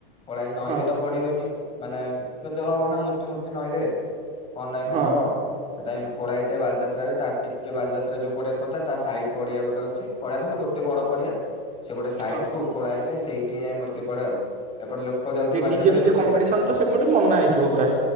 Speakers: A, on the left; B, on the right.
A: କଡା ଏଇ ନଈରେ
B: ହଁ
A: ତ ପଡିବନି। ମାନେ କେତେ ହବ ନା ମୂର୍ତ୍ତି ମୂର୍ତ୍ତି ନଈରେ। କଣ ନାାଇଁ
B: ହଁ
A: କଣ ହବ ସେଟାଇ ଖୋଳା ହେଇଥାଏ ବାଲିଯାତ୍ରାରେ। କିଏ ବାଲିଯାତ୍ରା ଯୋଉ ପଡିଆାରେ ପଡିଥାଏ ତା ସାଇଟ୍ ପଡିଆ ଗୋଟେ ଅଛି ପଡିଆ କଣ ସେ ଗୋଟେ ବଡ ପଡିଆ। ସେ ଗୋଟେ ସାଇଟ୍
B: ହଁ
A: କୁ ଖୋଳା ହେଇ ସେଇଠି ଯାଇଁ ମସ୍ତି ପଡେ ଆଉ ଏପଟେ ଲୋକ ଯାଉଥିବେ
B: ଯେ
A: ବାଲିଯାତ୍ରା
B: ଡିଜେ ଫିଜେ
A: ଦେଖିବା।
B: କମ୍ପିଡିସନ ତ ସେପଟେ ମନା ହେଇଥିବ ପୁରା।